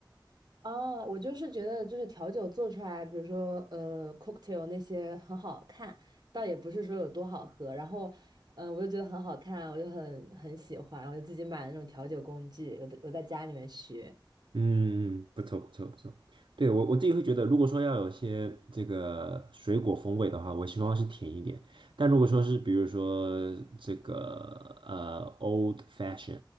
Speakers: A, on the right; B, on the right.
A: 哦，我就是觉得，就是调酒做出来，比如说呃，cocktail 那些很好看，倒也不是说有多好喝。然后，嗯、我就觉得很好看，我就很很喜欢，我就自己买了那种调酒工具，有的有在家里面学。
B: 嗯，不错不错不错。对，我我自己会觉得，如果说要有些这个水果风味的话，我希望是甜一点。但如果说是比如说这个呃 old fashion